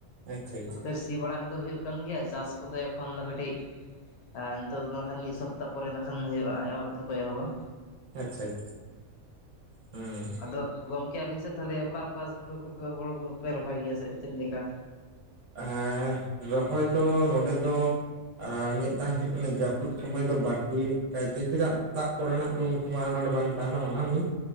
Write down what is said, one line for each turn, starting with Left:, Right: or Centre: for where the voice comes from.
Right: ᱟᱪᱪᱷᱟ ᱟᱪᱪᱷᱟ
Left: ᱱᱚᱛᱮᱨ ᱥᱤ ᱵᱟᱲᱟ ᱠᱚᱫᱚ ᱦᱩᱭᱩᱜ ᱠᱟᱱ ᱜᱮᱭᱟ᱾ ᱪᱟᱥ ᱠᱚᱫᱚ ᱮᱠᱷᱚᱱ ᱫᱚ ᱠᱟᱹᱴᱤᱡ ᱟᱨ ᱱᱤᱛᱚᱜ ᱫᱚ ᱠᱷᱟᱱ ᱢᱤᱫ ᱥᱚᱯᱛᱟᱦ ᱯᱚᱨᱮ ᱮ ᱠᱷᱟᱱ ᱦᱩᱭᱩᱜᱼᱟ ᱮᱦᱚᱵ ᱫᱚᱠᱚ ᱮᱦᱚᱵᱼᱟ᱾
Right: ᱟᱪᱪᱷᱟ ᱟᱪᱪᱷᱟ, ᱦᱩᱸ᱾
Left: ᱟᱫᱚ ᱜᱚᱝᱠᱮ ᱟᱵᱤᱱ ᱥᱮᱫ ᱛᱟᱦᱚᱞᱮ ᱚᱠᱟ ᱚᱠᱟ ᱦᱩᱲᱩ ᱠᱚᱯᱮ ᱦᱩᱲ ᱠᱚᱫᱚ ᱯᱮ ᱨᱚᱦᱚᱭ ᱜᱮᱭᱟ, ᱥᱮ ᱪᱮᱫ ᱞᱮᱠᱟ?
Right: ᱦᱮᱸᱻ, ᱨᱚᱦᱚᱭ ᱫᱚ ᱱᱚᱰᱮ ᱫᱚ ᱮᱸ ᱢᱤᱫᱴᱟᱝ ᱦᱩᱭᱩᱜ ᱠᱟᱱᱟ, ᱡᱟᱹᱯᱩᱫ ᱥᱚᱢᱚᱭ ᱫᱚ ᱵᱟᱹᱲᱛᱤ ᱠᱟᱭᱛᱮ ᱪᱮᱫᱟᱜ ᱫᱟᱜ ᱠᱚᱨᱮᱱᱟᱜ ᱫᱚ ᱩᱱ ᱥᱚᱢᱚᱭ ᱟᱱᱟᱴ ᱵᱟᱝ ᱛᱟᱦᱮᱱᱟ ᱚᱱᱟ ᱢᱤᱫ